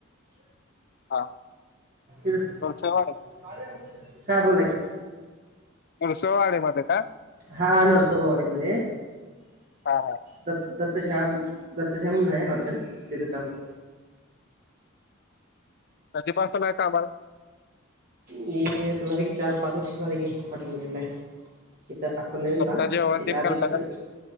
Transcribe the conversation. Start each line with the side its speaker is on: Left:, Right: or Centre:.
Left: हा
Right: <unintelligible>
Left: नरसवाडे
Right: हा बोला की
Left: म सोवाडी मध्ये का
Right: हा नरसोबावाडी मध्ये.
Left: हा हा.
Right: दत् दत्तशाहा दत्तशाह म्हणून आहे, हॉटेल तिथं काम कर
Left: बाकी काय चालु आहे कामाला.
Right: मी आता झाले की, चार पाच वर्ष झाले की हॉटेल लाईनला हाय. इथं आता नवीन
Left: स्वतः
Right: ला,
Left: जेवण
Right: तेच्या
Left: तेन
Right: आधीपासन
Left: करता का